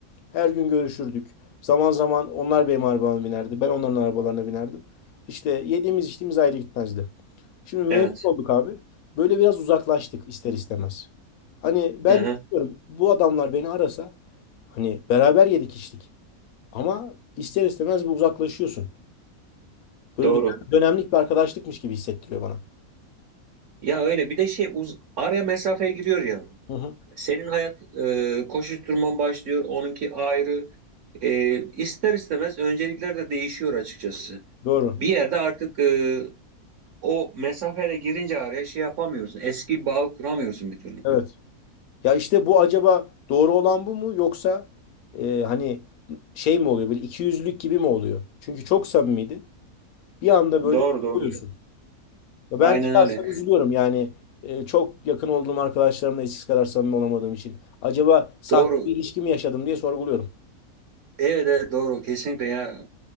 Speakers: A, on the left (about 75°); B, on the right (about 60°).
A: Her gün görüşürdük. Zaman zaman onlar benim arabama binerdi. Ben onların arabalarına binerdim. İşte yediğimiz içtiğimiz ayrı gitmezdi. Şimdi mezun
B: evet.
A: olduk abi. Böyle biraz uzaklaştık ister istemez. Hani ben
B: Aha,
A: diyorum bu adamlar beni arasa hani beraber yedik içtik. Ama ister istemez bir uzaklaşıyorsun. Böyle
B: doğru.
A: dö- dönemlik bir arkadaşlıkmış gibi hissettiriyor bana.
B: Ya öyle bir de şey uz araya mesafeye giriyor ya.
A: Hı hı.
B: Senin hayat e, koşuşturman başlıyor, onunki ayrı. E, ister istemez öncelikler de değişiyor açıkçası.
A: Doğru.
B: Bir yerde artık e, o mesafeye girince araya şey yapamıyorsun. Eski bağı kuramıyorsun bir türlü.
A: Evet. Ya işte bu acaba doğru olan bu mu yoksa e, hani şey mi oluyor böyle ikiyüzlülük gibi mi oluyor? Çünkü çok samimiydin. Bir anda böyle
B: Doğru doğru.
A: koyuyorsun.
B: evet.
A: Ya ben
B: Aynen
A: şahsen
B: öyle.
A: üzülüyorum yani e, çok yakın olduğum arkadaşlarımla eskisi kadar samimi olamadığım için. Acaba sahte
B: Doğru.
A: bir ilişki mi yaşadım diye sorguluyorum.
B: Evet, evet doğru kesinlikle ya.